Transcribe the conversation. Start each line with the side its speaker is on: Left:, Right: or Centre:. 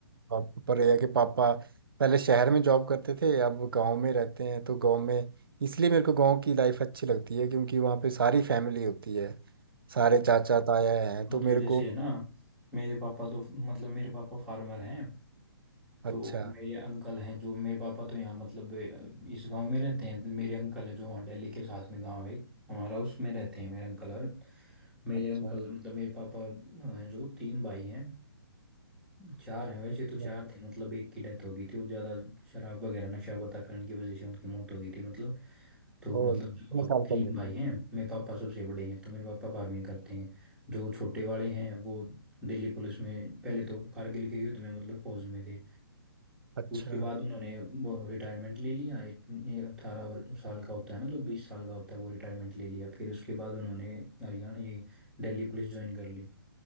Right: पाप- पर यह है कि पापा पहले शहर में जॉब करते थे अब गांव में रहते हैं तो गांव में इसलिए मेरे को गांव की लाइफ अच्छी लगती है क्योंकि वहाँ पे सारी फैमिली होती है सारे चाचा ताया हैं
Centre: हाँ
Right: तो
Centre: तो
Right: मेरे
Centre: जैसे
Right: को
Centre: है ना मेरे पापा तो मतलब मेरे पापा फार्मर हैं
Right: अच्छा
Centre: तो मेरे अंकल हैं जो मेरे पापा तो यहाँ मतलब अ, इस गांव में रहते हैं मेरे अंकल है जो वहाँ दिल्ली के साथ में गांव है एक, हमारा उसमें रहते हैं मेरे अंकल और मेरे
Right: अच्छा
Centre: अंकल मतलब मेरे पापा हैं जो तीन भाई हैं चार हैं वैसे
Right: अच्छा
Centre: तो चार थे मतलब एक की डेथ हो गई थी वो ज़्यादा शराब वगैरह नशा पता करने की वजह से उनकी मौत हो गई थी मतलब तो
Right: और
Centre: मतलब
Right: कितने
Centre: जो अब
Right: साल
Centre: तीन
Right: पहले
Centre: भाई हैं मेरे पापा सबसे बड़े हैं तो मेरे पापा फार्मिंग करते हैं जो छोटे वाले हैं वो दिल्ली पुलिस में पहले तो कारगिल के युद्ध में मतलब फौज में थे
Right: अच्छा
Centre: उसके बाद उन्होंने वो रिटायरमेंट ले लिया अठारह साल का होता है ना जो बीस साल का होता है वो रिटायरमेंट ले लिया फिर उसके बाद उन्होंने हरियाणा ये दिल्ली पुलिस ज्वाइन कर ली